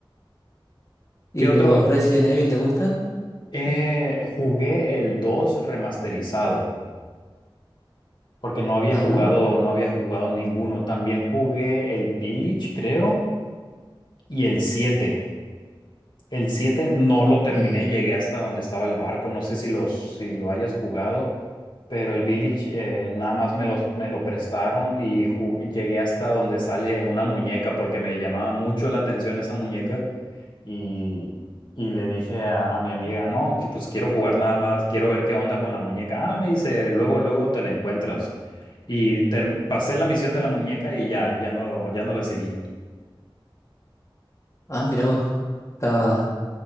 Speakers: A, on the left (about 35°); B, on the left (about 60°).
A: ¿y
B: ¿Qué otro?
A: los Resident Evil te gustan?
B: Eh, jugué el 2 remasterizado, porque no había
A: Ajá.
B: jugado, no había jugado ninguno. También jugué el Village, creo, y el 7. El 7 no lo terminé,
A: Mm.
B: llegué hasta donde estaba el barco, no sé si, los, si lo hayas jugado, pero el Village eh, nada más me, los, me lo prestaron y ju- llegué hasta donde sale una muñeca porque me llamaba mucho la atención esa muñeca y, y le dije a, a mi amiga, no, que pues quiero jugar nada más, quiero ver qué onda con la muñeca. Ah, me dice, luego, luego te la encuentras. Y ter- pasé la misión de la muñeca y ya, ya no, ya no la seguí.
A: Ah, mira vos. Estaba,